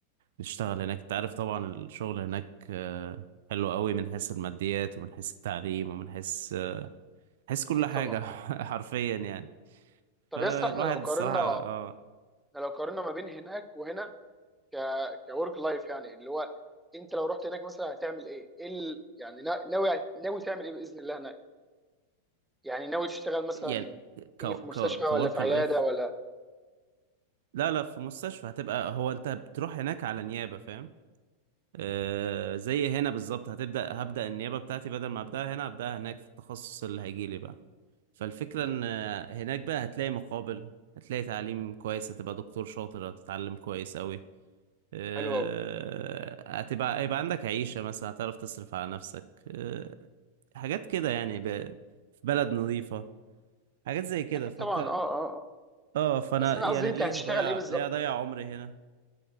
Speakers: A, on the right; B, in the centre.
A: نشتغل هناك تعرف طبعا الشغل هناك آه، حلو قوي من حيث الماديات ومن حيث التعليم ومن حيث آه، حيث كل
B: اكيد
A: حاجة
B: طبعا
A: <laughs> حرفيا يعني
B: طب
A: فالواحد
B: يس احنا لو قارنا
A: الصراحة اه
B: احنا لو قارنا ما بين هناك وهنا ك كورك لايف يعني اللي هو انت لو رحت هناك مثلا هتعمل ايه ايه ال... يعني نا- ناوي ناوي تعمل ايه باذن الله هناك يعني ناوي تشتغل مثلا
A: يعني ك
B: ايه في مستشفى
A: ك
B: ولا
A: كورك
B: في عياده
A: لايف
B: ولا
A: لا لا في مستشفى هتبقى هو انت بتروح هناك على نيابة فاهم آه زي هنا بالظبط هتبدأ هبدأ النيابة بتاعتي بدل ما ابدأها هنا هبدأها هناك في التخصص اللي هيجيلي بقى فالفكرة
B: امم
A: ان آه، هناك بقى هتلاقي مقابل هتلاقي تعليم كويس هتبقى دكتور شاطر هتتعلم كويس قوي آه،
B: حلو قوي
A: هتبقى هيبقى عندك عيشة مثلا هتعرف تصرف على نفسك آه، حاجات كده يعني ب... في بلد نظيفة حاجات زي كده
B: اكيد
A: فانت
B: طبعا اه اه اه
A: اه فانا
B: بس انا
A: يعني
B: قصدي انت
A: ليه
B: هتشتغل
A: هضيع
B: ايه بالظبط
A: ليه هضيع عمري هنا